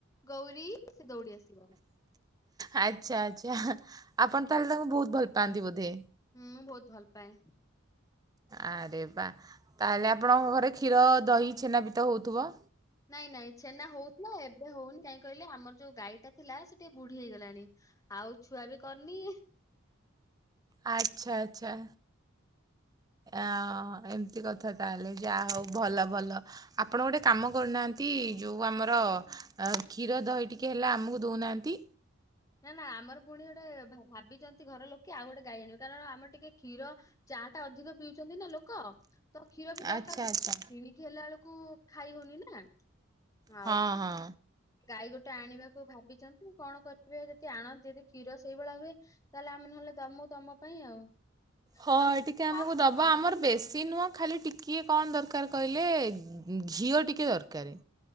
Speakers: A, on the left; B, on the right.
A: ଗୌରୀ ସେ ଦୌଡି ଆସିବ।
B: ଆଚ୍ଛା ଆଚ୍ଛା ଆପଣ ତାହେଲେ ତାଙ୍କୁ ବହୁତ ଭଲ ପାଆନ୍ତି ବୋଧେ?
A: ହୁଁ ମୁଁ ବହୁତ ଭଲ ପାଏ।
B: ଆରେ ବା ତାହେଲେ ଆପଣଙ୍କ ଘରେ କ୍ଷୀର ଦହି ଛେନା ବି ତ ହଉଥିବ?
A: ନାଇଁ ନାଇଁ ଛେନା ହଉଥିଲା ଏବେ ହଉନି କାଇହିଁ କହିଲେ ଆମର ଯୋଉ ଗାଈଟା ଥିଲା ସେ ଟିକେ ବୁଢୀ ହେଇଗଲାଣି। ଆଉ ଛୁଆ ବି କରିନି।
B: ଆଚ୍ଛା ଆଚ୍ଛା। ଆ ଏମିତି କଥା ତାହେଲେ ଯାହା ହଉ ଭଲ ଭଲ। ଆପଣ ଗୋଟେ କାମ କରୁନାହାଁନ୍ତି ଯଉଁ ଆମର ଅ କ୍ଷୀର ଦହି ଟିକଏ ହେଲେ ଆମକୁ ଦଉନାହାନ୍ତି?
A: ନା ନା ଆମର ପୁଣି ଗୋଟେ ଭ ଭାବିଚନ୍ତି ଘର ଲୋକେ ଆଉ ଗୋଟେ ଗାଇ ଆଣିବେ କାରଣ ଆମର ଟିକେ କ୍ଷୀର ଚା ଟା ଅଧିକ ପିଉଚନ୍ତି ନା ଲୋକ ତ କ୍ଷୀର ବି ଦରକାର
B: ଆଚ୍ଛା ଆଚ୍ଛା
A: ପ କିଣିକି ଚି ହେଲା ବେଳକୁ ଖାଇ ହଉନି ନା। ଆଉ
B: ହଁ ହଁ।
A: ଗାଈ ଗୋଟେ ଆଣିବାକୁ ଭାବିଚନ୍ତି କଣ କରିବେ ଯଦି ଆଣନ୍ତି ଯଦି କ୍ଷୀର ସେଇଭଳିଆ ହୁଏ ତାହେଲେ ଆମେ ନହେଲେ ଦମୁ ତମ ପାଇଁ ଆଉ।
B: ହଁ
A: ତମେ
B: ଟିକେ
A: ଖାଅ
B: ଆମକୁ
A: ନା
B: ଦବା
A: କଣ
B: ଆମର ବେଶୀ ନୁହଁ ଖାଲି ଟି କିଏ କଣ ଦରକାର କହିଲେ ଘି ଘିଅ ଟିକେ ଦରକାର।